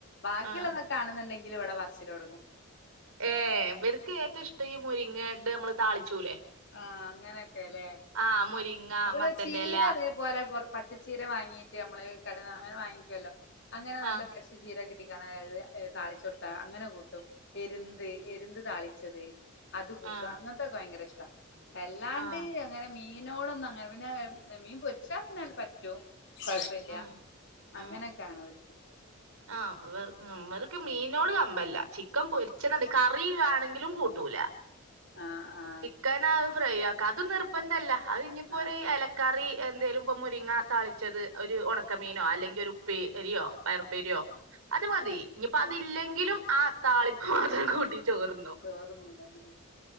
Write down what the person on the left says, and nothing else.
ബാക്കിയുള്ളതൊക്
കാണുന്നുണ്ടെങ്കിൽ ഇവിടെ പറച്ചിലൊടങ്ങും
ആഹ് അങ്ങനെയൊക്കെല്ലേ
അപ്പൊ
ചീര അതെ അതുപോലെ പച്ചച്ചീര വാങ്ങീട്ട് നമ്മള് കടേന്ന് അങ്ങനെ വാങ്ങിക്കുവല്ലോ അങ്ങനെ നല്ല
പ്രശ് ചീരക്ക കിട്ടിക്കാണ താളിച്ച് കൊടുത്താ അങ്ങനെ കൂട്ടും എരുന്ത് എരുന്ത് താളിച്ചത് അത് കൂട്ടും
അങ്ങനത്തൊക്കെ ഭയങ്കര ഇഷ്ട എല്ലാണ്ട്
അങ്ങനെ മീനോടൊന്നും അങ്ങന പിന്നെ മീൻ പൊരിച്ചാ പിന്ന പറ്റും കൊഴപ്പല്ല്യാ
അങ്ങനൊക്കെയാണ് വീട്ടില്
ആഹ് ആഹ്
ആഹ്
ആഹ്
ചോറ് <unintelligible>